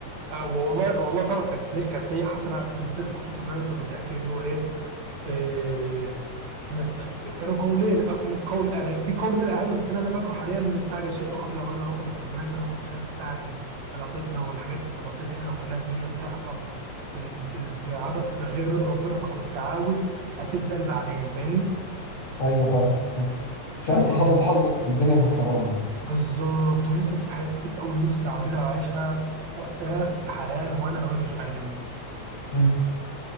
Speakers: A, on the right (about 70°); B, on the left (about 75°).
A: آه، والله والله فعلا كانت ني- كانت نيه حسنه بالذات خصوصا ان انا كنت متاكد ان هو ايه آه، من است... كانوا قولين أك- من قول يعني في قول تاني اهم بس اللي انا فاكره حاليا من استعجل شيء قبل اوانه وعوقب بحرمانه فانا ما كنتش عايز استعجل علاقتنا والحاجات التفاصيل الحلوه كلها دي تحصل في ال... في ال... في عد... في غير رضا ربنا فكنت عاوز اسيب ده لبعدين فاهمني
B: أيوه فاهم فاهم. مش عايز
A: آه،
B: تخلص حظك من الدنيا في الحرام يعني
A: بالظبط ولسه في حاجات كتير قوي نفسي اعملها واعيشها وقتها في الحلال وانا ضميري مش معنبني
B: مم.